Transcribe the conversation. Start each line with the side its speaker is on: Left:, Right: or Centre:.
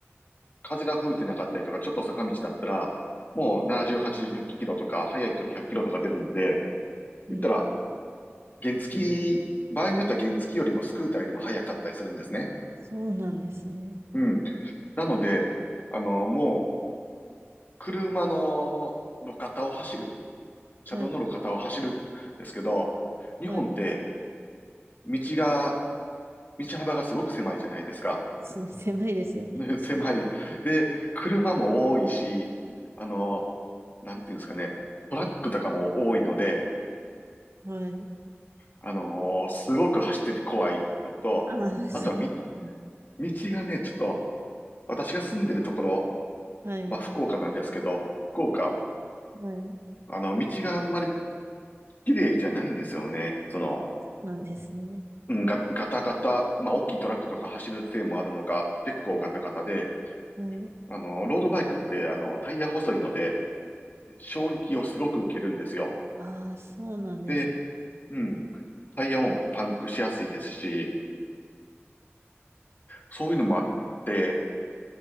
Left: 風が吹いてなかったりとか、ちょっと坂道だったら、もう70、80キロとか、速い人で100キロとか出るんで、
Right: えー
Left: 言ったら原付き、場合によっては原付きよりもスクーターよりも早かったりするんですね。
Right: そうなんですね。
Left: うん。なので、あの、もう、車の路肩を走る、車道の路肩を走るんですけど、
Right: はい、
Left: 日本って
Right: はい。
Left: 道が、道幅がすごく狭いじゃないですか。
Right: す <laughs> 狭いですよね。
Left: <laughs> ね狭い。で、車も多いし、あの、なんていうんですかね、トラックとかも多いので、
Right: はい。
Left: あのすごく走ってて怖いのと、
Right: ああ、そう。
Left: あとはみ、
Right: <laughs> うん
Left: 道がね、ちょっと、私が住んでるところ
Right: はい、
Left: まあ、福岡なんですけど、福岡、
Right: はい。
Left: あの、道があんまり綺麗じゃないんですよね。その、
Right: なんですね。
Left: うん、ガ、ガタガタ、まあ、大きいトラックとか走るせいもあるのか、結構ガタガタで、
Right: はい。
Left: あの、ロードバイクって、あの、タイヤ細いので、衝撃をすごく受けるんですよ。
Right: ああ、そうなんです。
Left: で、うん、タイヤもパンクしやすいですし、そういうのもあって、